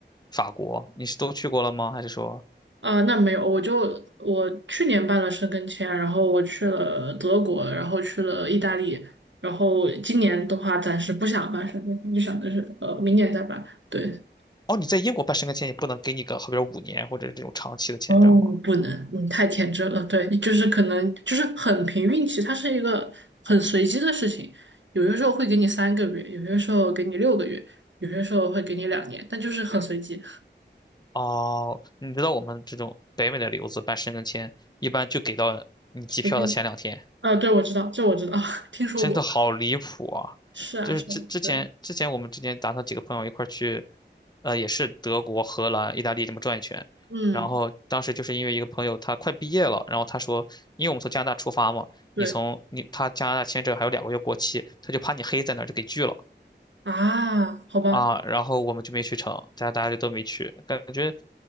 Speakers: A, on the left; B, on the right.
A: 法国，你是都去过了吗？还是说，
B: 啊、那没有，我就我去年办了申根签，然后我去了德国，然后去了意大利，然后今年的话暂时不想办申根签，就想的是呃明年再办，对。
A: 哦，你在英国办申根签也不能给你个，好比说五年或者这种长期的签证吗？
B: 哦，不能，嗯，太天真了。对，就是可能就是很凭运气，它是一个很随机的事情。有些时候会给你三个月，有些时候给你六个月，有些时候会给你两年，但就是很随机。
A: 哦，你知道我们这种北美的留子办申根签，一般就给到你机票的前两天。
B: OK，啊，对，我知道，这我知道，<laughs> 听说过。
A: 真的好离谱啊！
B: 是啊，
A: 就是之之前之前我们之前打算几个朋友一块儿去，
B: 是啊，对，
A: 呃，也是德国、荷兰、意大利这么转一圈。
B: 嗯，
A: 然后当时就是因为一个朋友他快毕业了，然后他说，因为我们从加拿大出发嘛，
B: 对
A: 你从你他加拿大签证还有两个月过期，他就怕你黑在那儿就给拒了
B: 啊，好吧，
A: 啊。然后我们就没去成，大家大家就都没去，感觉